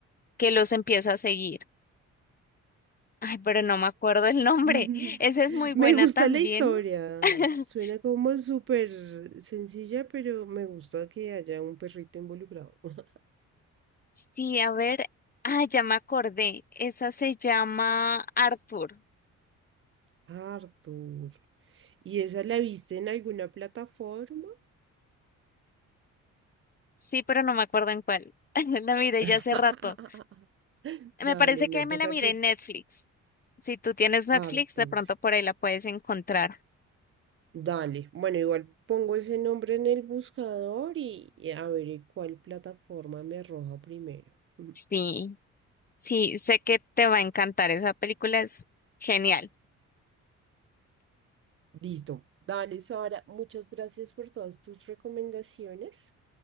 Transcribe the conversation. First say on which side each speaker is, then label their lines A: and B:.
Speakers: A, on the left (about 30°); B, on the right (about 45°).
A: que los empieza a seguir. Ay, pero no me acuerdo el nombre.
B: <laughs>
A: Esa es muy buena
B: Me gusta
A: también.
B: la historia.
A: <laughs>
B: Suena como súper sencilla, pero me gusta que haya un perrito involucrado. <laughs>
A: Sí, a ver. Ah, ya me acordé. Esa se llama Arthur.
B: Arthur. ¿Y esa la viste en alguna plataforma?
A: Sí, pero no me acuerdo en cuál. <laughs> La miré
B: <laughs>
A: ya hace rato. Me
B: Dale,
A: parece
B: no
A: que me
B: toca
A: la miré
B: que
A: en Netflix. Si tú tienes Netflix,
B: Arthur.
A: de pronto por ahí la puedes encontrar.
B: Dale. Bueno, igual pongo ese nombre en el buscador y, y a ver en cuál plataforma me arroja primero. <laughs>
A: Sí, sí, sé que te va a encantar. Esa película es genial.
B: Listo. Dale, Sara, muchas gracias por todas tus recomendaciones.